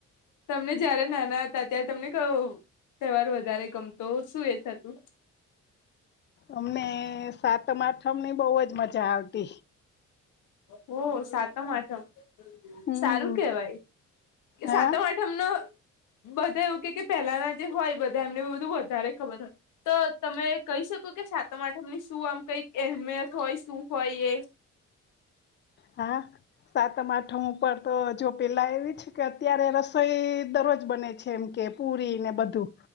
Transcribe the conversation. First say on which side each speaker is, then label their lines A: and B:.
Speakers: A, on the left (about 85°); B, on the left (about 35°).
A: તમને જયારે નાના હતા ત્યારે તમને કહું તહેવાર વધારે ગમતો શું એ થતું.
B: અમને સાતમ આઠમની બહુ જ મજા આવતી.
A: હો સાતમ આઠમ.
B: હમ
A: સારું કેવાય કે
B: હા
A: સાત આઠમનો- બધા એવું કે પહેલાના જે હોય બધા એમને બધું વધારે ખબર. તો તમે કહી શકો કે સાતમ આઠમ ની શું આમ કઈક અહેમિયત હોય શું હોય એ.
B: હા. સાતઠા ઉપર તો જો પેલા એવી છે કે અત્યારે રસોઈ દરરોજ બને છે એમ કે પુરી ને બધું